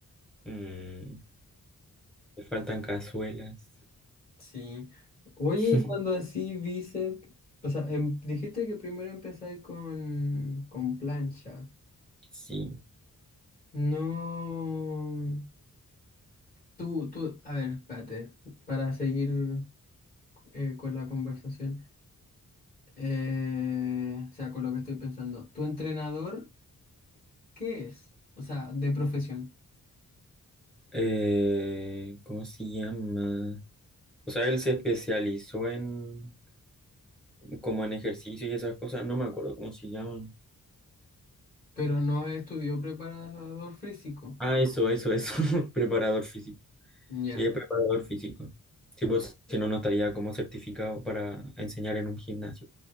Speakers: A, in the centre; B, on the left.
A: Mm, le faltan cazuelas.
B: Sí. Oye,
A: <laughs>
B: y cuando así bíceps, o sea, em- dijiste que primero empezáis con, con plancha.
A: Sí.
B: No. Tú, tú, a ver, espérate, para seguir eh, con la conversación. Eh, o sea, con lo que estoy pensando. ¿Tu entrenador qué es? O sea, de profesión,
A: Eh, ¿cómo se llama? O sea, él se especializó en como en ejercicio y esas cosas. No me acuerdo cómo se llama.
B: pero no estudió preparador físico.
A: Ah, eso, eso, eso. <laughs> Preparador físico.
B: Ya.
A: Sí, es preparador físico. Sí, pues, si no, no estaría como certificado para enseñar en un gimnasio.